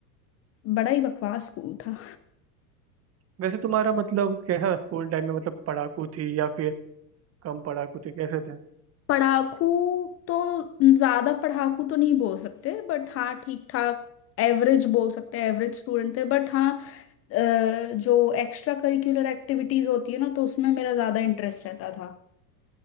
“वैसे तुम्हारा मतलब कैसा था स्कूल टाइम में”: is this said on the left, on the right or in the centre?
Right